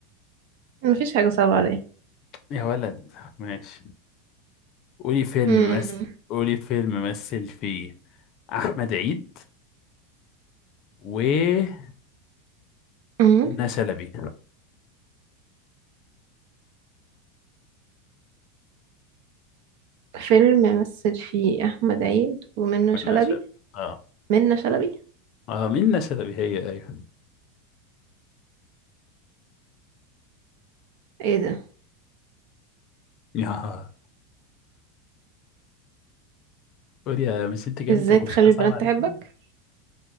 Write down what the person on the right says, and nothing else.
مفيش حاجة صعبة عليا
مم.
مم.
فيلم مثل فيه أحمد عيد ومنة
شلبي
منة شلبي
ايه ده
ازاي تخلي
البنات
تحبك